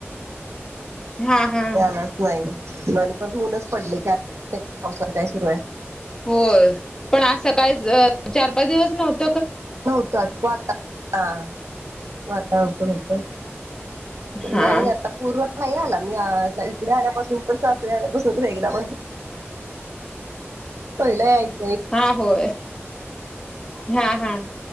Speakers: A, on the left; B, on the right.
A: हा हा
B: लाच नाही परण ऊनच पडले की पावसा काय सुरू आहे
A: होय पण आज सकाळी चार पाच दिवस नव्हत
B: नव्हतच वाता हा वातावरण पण होतं नाही
A: हा
B: आता पूर्ण नाही आला मी इकडे आल्यापासून उतर सासरे आल्यापासून एकदा पण पहिला यायच
A: हा होय हा हा